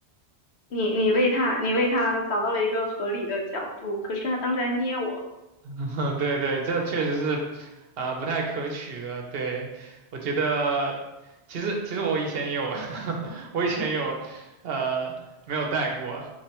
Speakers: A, on the left (about 75°); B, on the right (about 65°).
A: 你你为他你为他找到了一个合理的角度，可是他当时还捏我，
B: <laughs> 对对，这确实是，啊、不太可取的。对，我觉得，其实其实我以前也有，<laughs> 我以前有，呃，没有带过，